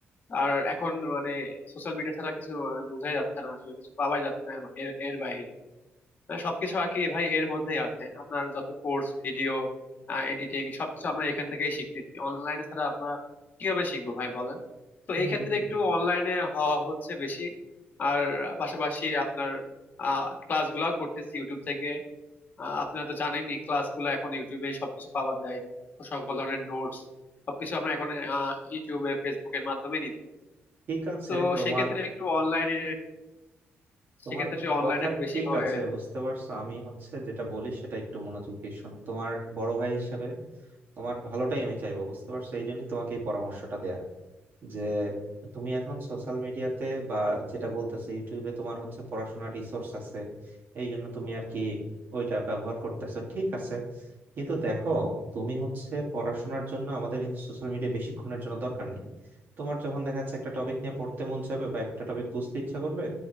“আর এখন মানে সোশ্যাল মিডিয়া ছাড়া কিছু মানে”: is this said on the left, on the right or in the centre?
Left